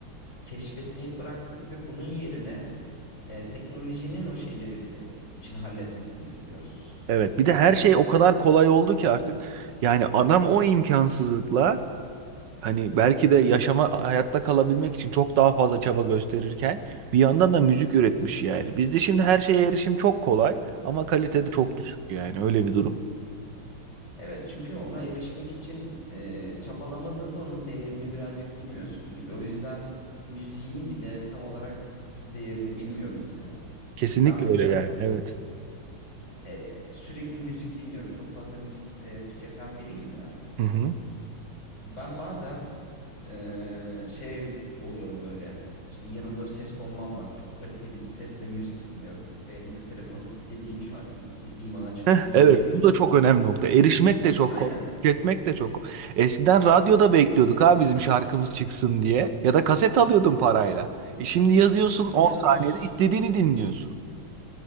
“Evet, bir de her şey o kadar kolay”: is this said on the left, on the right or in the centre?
Right